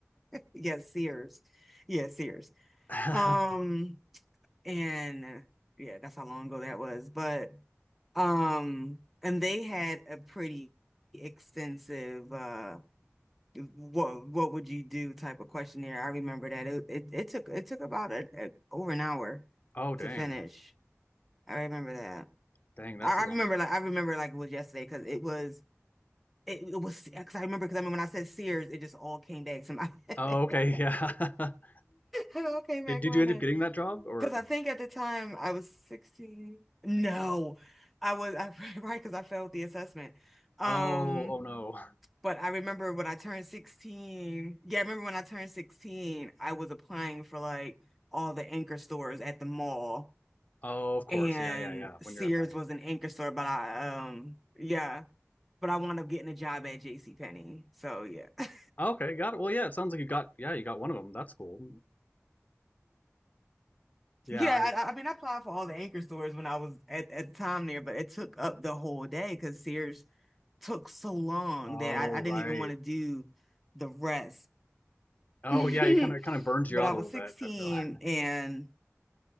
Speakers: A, in the centre; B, on the left.
A: Yes, Sears. Yes, Sears.
B: <laughs>
A: Um and yeah, that's how long ago that was. But um, and they had a pretty extensive uh, what what would you do type of questionnaire. I remember that it it, it took it took about a, a, over an hour
B: Oh, dang.
A: to finish. I remember that.
B: Dang, that's
A: I,
B: a long.
A: I remember like I remember like it was yesterday because it was. It, it was because I remember because I mean when I said Sears, it just all came back to my <laughs> it
B: Oh, okay, yeah.
A: all
B: <laughs>
A: came back
B: Did, did
A: running.
B: you end up getting that job or?
A: Because I think at the time I was 16. No, I was I, <laughs> right because I failed the assessment. Um,
B: Oh, oh no.
A: but I remember when I turned 16. Yeah, I remember when I turned 16, I was applying for like all the anchor stores at the mall,
B: Oh, of course.
A: and
B: Yeah, yeah, yeah. When
A: Sears
B: you're at that age.
A: was an anchor store, but I um yeah, but I wound up getting a job at J C Penney. So yeah. <laughs>
B: Okay, got it. Well, yeah, it sounds like you got yeah, you got one of them. That's cool. Yeah,
A: Yeah,
B: I
A: I, I I mean, I applied for all the anchor stores when I was at, at the time there, but it took up the whole day because Sears took so long
B: oh,
A: that I, I didn't
B: right.
A: even want to do the rest.
B: Oh,
A: <laughs>
B: yeah, you kind of kind of burns
A: But
B: you out
A: I was
B: a little
A: 16
B: bit, I feel. <laughs>
A: and